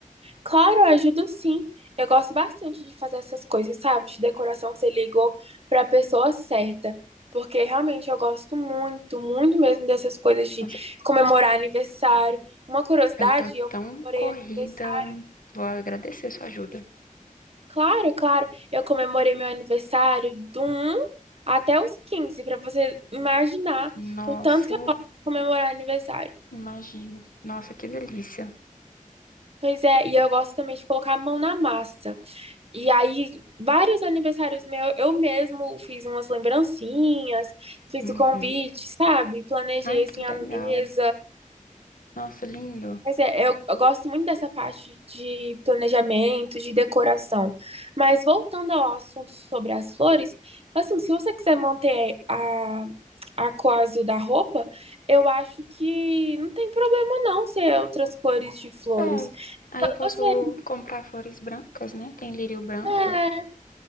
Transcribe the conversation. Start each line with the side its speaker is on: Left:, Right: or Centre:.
Right: Claro, eu ajudo sim. Eu gosto bastante de fazer essas coisas, sabe? De decoração, você ligou pra pessoa certa. Porque realmente eu gosto muito, muito mesmo dessas coisas de
Left: Nossa,
Right: comemorar aniversário. Uma curiosidade,
Left: eu tô
Right: eu
Left: tão
Right: comemorei
Left: corrida.
Right: aniversário.
Left: Vou agradecer sua ajuda.
Right: Claro, claro. Eu comemorei meu aniversário do um até os 15 pra você imaginar
Left: Nossa,
Right: o tanto que eu gosto de comemorar aniversário.
Left: imagino. Nossa, que delícia.
Right: Pois é, e eu gosto também de colocar a mão na massa. E aí, vários aniversários meus, eu mesmo fiz umas lembrancinhas, fiz
Left: Uhum.
Right: o convite, sabe? Planejei
Left: Ai,
Right: assim
Left: que
Right: a
Left: legal.
Right: mesa.
Left: Nossa, lindo.
Right: Mas é, eu, eu gosto muito dessa parte de planejamento, de decoração. Mas voltando ao assunto sobre as flores, assim, se você quiser manter a, a cor azul da roupa, eu acho que não tem problema não ser outras cores de flores.
Left: É. Aí eu posso
Right: Você,
Left: comprar flores brancas, né? Tem lírio branco.
Right: é,